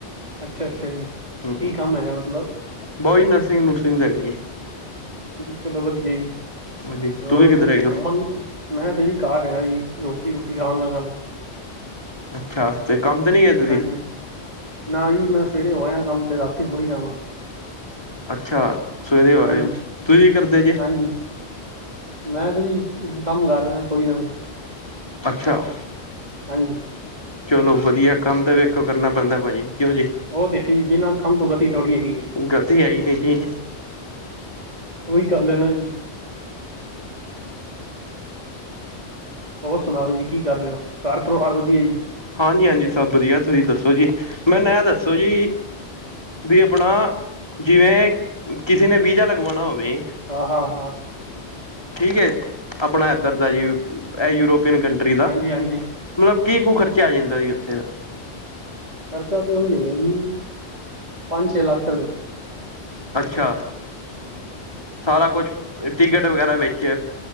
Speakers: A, on the right (about 40°); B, on the left (about 25°).
A: ਅੱਛਾ-ਅੱਛਾ ਜੀ,
B: ਹਮ
A: ਕੀ ਕੰਮ ਹੈਗਾ ਮਤਲਬ?
B: ਬਈ ਨਰਸਿੰਗ ਨੁਰਸਿੰਗ ਦਾ ਹੈਗਾ ਜੀ
A: ਚਲੋ ਵਧੀਆ ਜੀ
B: ਹਾਂਜੀ
A: ਹੋਰ
B: ਤੁਸੀਂ ਕਿੱਧਰ
A: ਕਿੱਥੇ
B: ਹੈਗੇ ਹੋ
A: ਘੁੰਮਣ ਮੈਂ ਤੇ ਜੀ ਘਰ ਹੈਗਾ ਜੀ ਰੋਟੀ ਰੂਟੀ ਖਾਣ ਲੱਗਾ ਵਾ
B: ਅੱਛਾ ਤੇ ਕੰਮ ਤੇ ਨੀ ਗਏ ਤੁਸੀ
A: ਹਾਂਜੀ ਨਾ ਜੀ ਮੈਂ ਸਵੇਰੇ ਹੋ ਆਇਆ ਕੰਮ ਤੇ ਰਾਤੀ ਥੋੜੀ ਆਵਾਂ
B: ਅੱਛਾ ਸਵੇਰੇ ਹੋ
A: ਹਾਂਜੀ
B: ਆਏ ਹੋ, ਤੁਹੀਂ ਕੀ ਕਰਦੇ ਜੇ?
A: ਹਾਂਜੀ ਮੈਂ ਤਾ ਜੀ, ਕੰਮ ਕਰ ਰਿਹਾ ਕੋਈ ਨਾ।
B: ਅੱਛਾ
A: ਹਾਂਜੀ
B: ਚਲੋ ਵਧੀਆ ਕੰਮ ਤਾਂ ਵੇਖੋ ਕਰਨਾ ਪੈਂਦਾ ਭਾਜੀ ਕਿਉਂ ਜੀ
A: ਉਹ ਤੇ ਬਿਨਾਂ ਕੰਮ ਤੋਂ ਵਧੀ ਥੋੜੀ ਹੈਗੀ ਹੈ।
B: ਗਲਤੀ ਆਈ ਨੀ ਜੀ
A: ਉਹੀ ਗੱਲ ਹੈ ਨਾ ਜੀ। ਹੋਰ ਸੁਣਾਓ ਜੀ ਕੀ ਕਰ ਰਹੇ ਹੋ ਘਰ ਪਰਿਵਾਰ ਵਧੀਆ ਜੀ
B: ਹਾਂਜੀ ਹਾਂਜੀ ਸਭ ਵਧੀਆ ਤੁਸੀਂ ਦੱਸੋ ਜੀ ਮੈਨੂੰ ਇਹ ਦੱਸੋ ਜੀ ਵੀ ਆਪਣਾ ਜਿਵੇਂ ਕਿਸੇ ਨੇ ਵੀਜ਼ਾ ਲਗਵਾਉਣਾ ਹੋਵੇ
A: ਹਾਂ, ਹਾਂ-ਹਾਂ
B: ਠੀਕ ਏ ਆਪਣਾ ਇੱਧਰ ਦਾ ਜੀ ਇਹ ਯੂਰੋਪੀਅਨ ਕੰ ਟਰੀ ਦਾ,
A: ਹਾਂਜੀ ਹਾਂਜੀ
B: ਮਤਲਬ ਕੀ ਕੁ ਖਰਚਾ ਆ ਜਾਂਦਾ ਜੀ ਓਥੇ ਦਾ।
A: ਖਰਚਾ ਤਾਂ ਉਹੀ ਹੈਗਾ ਜੀ ਪੰਜ ਛੇ ਲੱਖ ਰੁਪਏ
B: ਅੱਛਾ। ਸਾਰਾ ਕੁਛ, ਟਿਕਟ ਵਗੈਰਾ ਵਿਚ